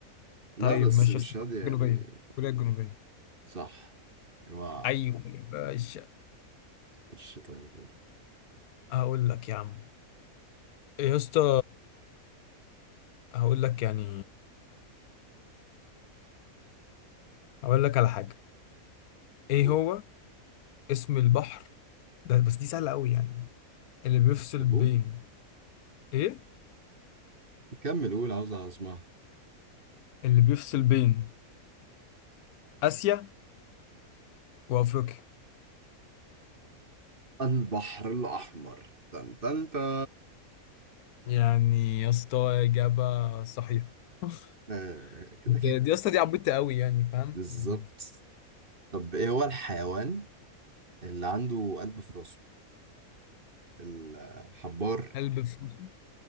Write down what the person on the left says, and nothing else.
طيب
ماشي
يا اسطى
الجنوبية
كوريا الجنوبية
ايوه يا باشا
هقول لك يا عم إيه يا اسطى هقول لك يعني هقول لك على حاجة ايه
هو اسم البحر ده بس دي سهلة قوي يعني اللي بيفصل
بين
ايه
اللي بيفصل بين آسيا وأفريقيا
يعني يا اسطى إجابة صحيحة <laughs>
ده-
دي يا اسطى دي عبيطه قوي يعني فاهم
مم.
قلب فلوسه